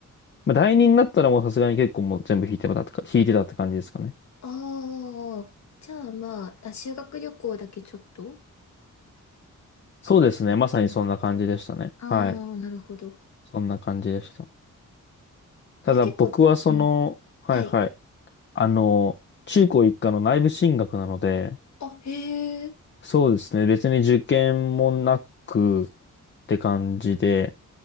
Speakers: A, on the left; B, on the left.
A: まあ第二になったらもうさすがに結構もう全部引いてたってか、引いてたって感じですかね。
B: ああ、じゃあまあ、あ、修学旅行だけちょっと
A: そうですね。
B: 行ってなかったあ
A: まさにそんな感じでしたね。
B: あー、
A: はい。
B: なるほど。
A: そんな感じでした。ただ僕はその、
B: あ、じゃあ結構、うん。
A: はいはい。
B: はい。
A: あの、中高一貫の内部進学なので、
B: あ、へえ。
A: そうですね。別に受験もなくって感じで。